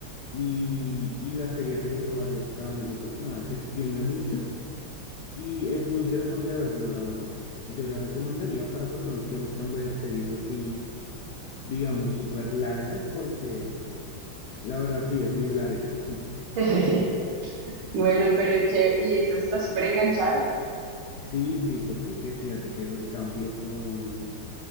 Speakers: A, on the left; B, on the right.
A: y, tres y y la serie ha tenido varios cambios de personajes, se extiende mucho y es muy interesante verlo, la verdad. Yo la recomendaría para personas que buscan ver series así, digamos, súper largas porque la verdad sí es bien larga. <laughs>
B: <laughs> Bueno, pero chévere. ¿Y entonces estás súper enganchado?
A: Sí, sí, porque que fíjate que los cambios son,